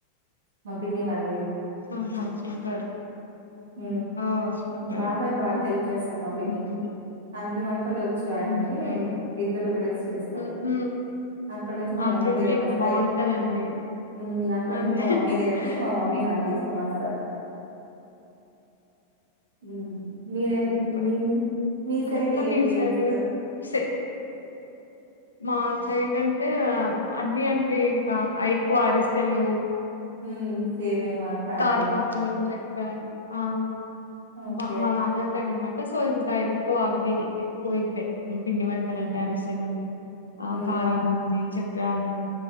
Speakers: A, on the right; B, on the left.
A: మా పిన్ని వాళ్ళ
B: ఆహా సూపర్
A: ఉ
B: ఆ సూపర్
A: మాబాబాయ్ బాగా హెల్ప్ చేస్తారు మా పిన్ని
B: ఉమ్,
A: కి అన్ని వం వచ్చు ఆయనకి
B: ఉమ్హు,
A: ఇద్దరు కలిసి చేస్తారు
B: ఉమ్హు.
A: అక్కడి నుంచి మా
B: అట్లుంటే
A: మమ్మీ దగిడకి
B: ఇంకా
A: వస్తయి
B: బాగుంటదండి
A: ఊ అక్కడ
B: అదే
A: నుంచి మా మమ్మీ దగ్గరికి మా మమ్మీ
B: ఉమ్.
A: నాకు దీసుకొని వస్తారు హ్మ్. మీరేం
B: సూపర్
A: మీ మీ సైడ్
B: ఇంకా
A: ఏం
B: మీసైడు
A: ఫేమస్?
B: సే మా సైడ్ అంటే అన్ని అంటే ఇంక ఎక్కువ అడిసెలు
A: ఉమ్ సేమే మాకు అలానే
B: కారపప్పులు ఆ
A: ఓకే.
B: బా మ అదర్ సైడ్ అనమట సో ఇంకా ఎక్కువ అవి ఎక్కువ్ ఇద్దే ఉ పిండి వంటలంట
A: హ్మ్.
B: అడిసెలు ఆ
A: హ్మ్.
B: కారాం బూంది చక్రాలు